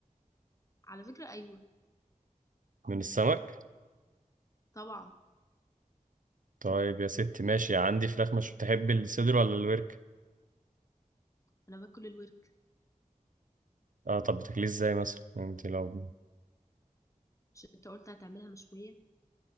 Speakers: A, on the left (about 20°); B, on the right (about 70°).
A: على فكرة ايوه
B: من السمك
A: طبعا
B: طيب يا ستي ماشي عندي فراخ مش تحب الصدر ولا الورك
A: انا باكل الورك
B: اه طب بتاكليه ازاي مثلا يعني انت لو
A: مش انت قلت هتعملها مشوية